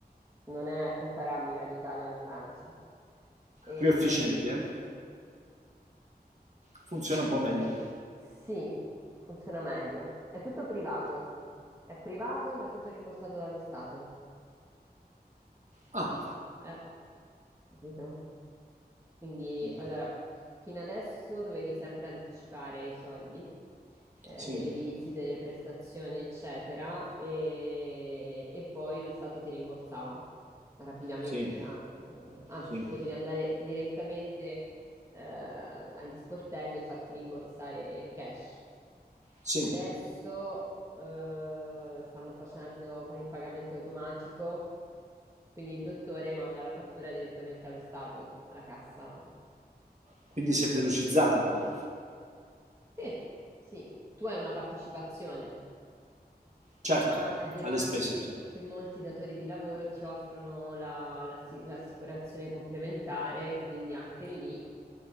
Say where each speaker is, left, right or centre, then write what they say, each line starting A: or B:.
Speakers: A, on the right (about 20°); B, on the right (about 45°).
A: non è comparabile all'Italia o alla Francia. E
B: più efficienti, eh. Funziona un po' meglio.
A: sì, funziona meglio. È tutto privato. È privato, ma è tutto rimborsato dallo Stato.
B: Ah,
A: Eh, capito? Quindi,
B: mm,
A: allora, fino adesso dovevi sempre anticipare i soldi, eh,
B: sì,
A: delle visite, delle prestazioni, eccetera, e, e poi lo Stato ti rimborsava rapidamente,
B: sì,
A: ah, eh, anzi,
B: sì,
A: potevi andare direttamente eh, agli sportelli e farti rimborsare cash.
B: sì.
A: Adesso eh, stanno facendo con il pagamento automatico, quindi il dottore manda la fattura direttamente allo Stato, alla cassa.
B: Quindi si è velocizzata un po'.
A: Sì, sì, tu hai una partecipazione,
B: Certo,
A: ma è vero
B: alle
A: anche
B: spese, sì.
A: che molti datori di lavoro ti offrono la- la- l'assicurazione complementare, quindi anche lì